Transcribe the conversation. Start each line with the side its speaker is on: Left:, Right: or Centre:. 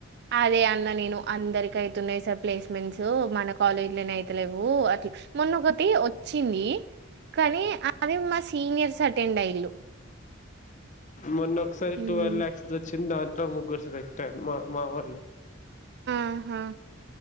Right: అదే అన్న నేను అందరికి అయితున్నాయి సార్ ప్లేస్మెంట్సు, మన కాలేజీలోనే అయితలేవు అట్లా మొన్న ఒకటి వచ్చింది కానీ అది మా సీనియర్స్ అటెండ్ అయిల్లు
Left: మొన్న ఒకసారి
Right: హ్మ్.
Left: టువెల్వ్ ల్యాక్స్ వచ్చింది దాంట్లో ముగ్గురు సెలెక్ట్ అయిర్రు మా మా వొళ్ళు.
Right: ఆహా